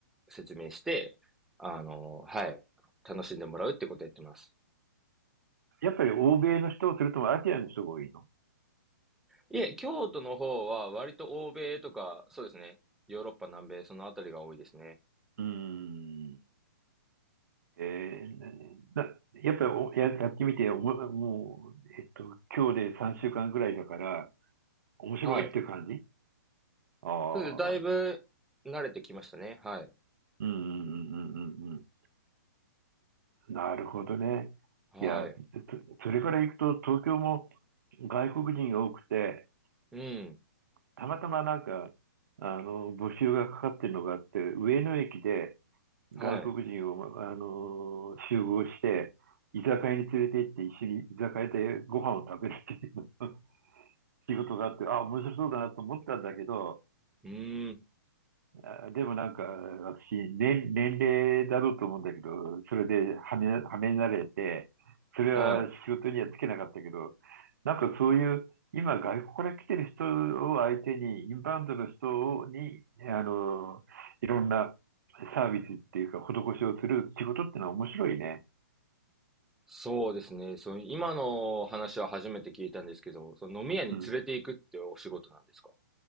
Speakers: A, in the centre; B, on the right.
A: 説明して、あの、はい、楽しんでもらうってことをやってます。
B: やっぱり欧米の人、それともアジアの人が多いの
A: いえ、京都の方は割と欧米とか、そうですね。ヨーロッパ、南米、そのあたりが多いですね。
B: うーん。えーなやっぱりおややってみておも、もう、えっと、今日で3週間ぐらいだから、面白いっていう感じ
A: はい。
B: ああ、
A: そうです。だいぶ慣れてきましたね。はい。
B: うんうんうんうんうんうん。なるほどね。
A: はい。
B: いや、そそれから行くと、東京も外国人が多くて、
A: うん。
B: たまたまなんか、あの、募集がかかってるのがあって、上野駅で、
A: はい。
B: 外国人を、あのー集合して、居酒屋に連れて行って、一緒に居酒屋でご飯を食べるっていうの <laughs> 仕事があって、あ、面白そうだなと思ったんだけど、
A: うーん。
B: あでもなんか、私、年、年齢だろうと思うんだけど、それではめ、はめられて、それは仕事にはつけなかったけど、
A: はい。
B: なんかそういう、今外国から来てる人を相手に、インバウンドの人に、あの、いろんなサービスっていうか、施しをする仕事っていうのは面白いね。
A: そうですね。その今の話は初めて聞いたんですけど、その飲み屋に連れて行くってお仕事なんですか
B: うん。